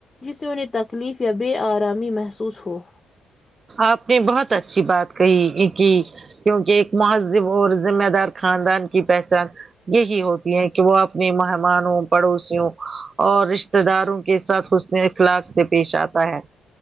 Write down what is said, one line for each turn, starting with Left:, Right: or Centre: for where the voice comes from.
Left: جس سے انہیں تکلیف یا بے آرامی محسوس ہو
Right: آپ نے بہت اچھی بات کہی یہ کی کیونکہ ایک مہذب اور ذمہ دار خاندان کی پہچان یہی ہوتی ہے کہ وہ اپنے مہمانوں پڑوسیوں اور رشتتے داروں کے ساتھ حسن اخلاق سے پیش آتا ہے